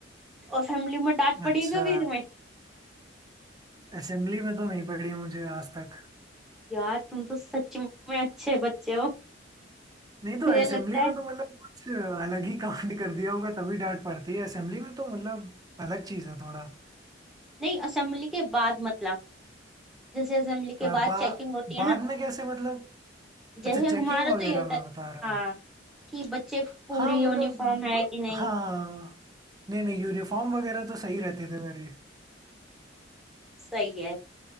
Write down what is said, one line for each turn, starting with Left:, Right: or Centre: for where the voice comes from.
Centre: असेंबली में डांट पड़ी
Right: अच्छा
Centre: है कभी तुम्हें
Right: असेंबली में तो नहीं पड़ी मुझे आज तक
Centre: यार तुम तो सच में अच्छे बच्चे हो
Right: नहीं तो
Centre: मुझे
Right: असेंबली
Centre: लगता
Right: में
Centre: है
Right: तो मतलब कुछ अलग ही कांड कर दिया होगा तभी डांट पड़ती है असेंबली में तो मतलब अलग चीज है थोड़ा
Centre: नहीं असेंबली के बाद मतलब जैसे असेंबली के
Right: अ,
Centre: बाद
Right: बा,
Centre: चेकिंग होती
Right: बाद
Centre: है ना
Right: में कैसे मतलब
Centre: जैसे
Right: अच्छा चेकिंग
Centre: हमारा तो
Right: वगैरह
Centre: ये होता
Right: में
Centre: है
Right: बता रहा
Centre: हाँ
Right: हूँ
Centre: कि बच्चे पूरी
Right: हाँ
Centre: यूनिफॉर्म
Right: मतलब
Centre: है कि नहीं
Right: हाँ नहीं नहीं यूनिफॉर्म वगैरह तो सही रहते थे मेरे
Centre: सही है